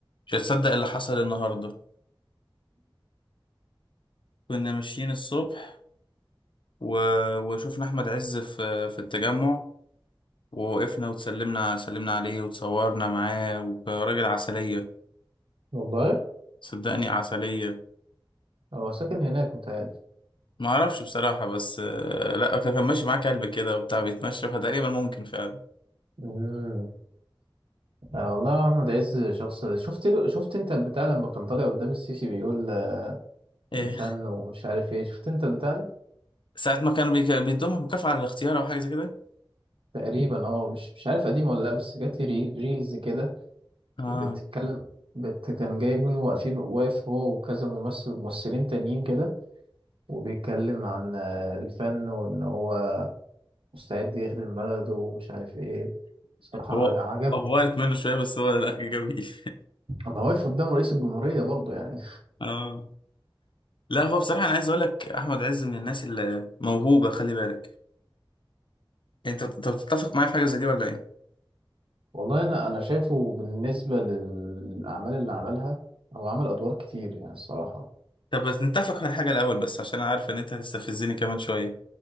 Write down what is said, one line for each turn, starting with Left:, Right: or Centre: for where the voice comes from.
Left: مش هتصدق اللي حصل النهارده كنا ماشيين الصبح و... وشوفنا احمد عز في في التجمع ووقفنا وتسلمنا سلمنا عليه وتصورنا معاه وراجل عسلية
Right: والله
Left: صدقني عسلية
Right: هو ساكن هناك متهيألي
Left: ما اعرفش بصراحة بس آه، لا كان كان ماشي معاه كلب كده وبتاع بيتمشى فتقريبا ممكن فعلا
Right: امم آه والله احمد عز شخص شفت له شفت انت البتاع لما كان طالع قدام السيسي بيقول آه،
Left: ايه
Right: الفن ومش عارف ايه شفت انت البتاع ده
Left: ساعة ما كان بيك... بيدومها مكافأة على الاختيار او حاجة زي كده
Right: تقريبا اه مش مش عارف قديم ولا لا بس جات لي ري- ريلز كده
Left: اه
Right: بتتكلم بت كان جايبين واقفين واقف هو وكذا ممثل ممثلين تانيين كده وبيتكلم عن آه، الفن وان هو مستعد يخدم بلده ومش عارف ايه صراحة
Left: هو
Right: ع- عجبني
Left: افضلت منه شوية بس هو لا جميل
Right: انا واقف قدام رئيس الجمهورية برضه يعني
Left: <laughs> اه لا هو بصراحة أنا عايز أقول لك أحمد عز من الناس اللي موهوبة خلي بالك انت انت بتتفق معايا في حاجه زي دي ولا ايه
Right: والله انا انا شايفه بالنسبه للاعمال اللي عملها هو عمل ادوار كتير يعني الصراحه
Left: طب بس نتفق على حاجه الاول بس عشان انا عارف ان انت هتستفزني كمان شويه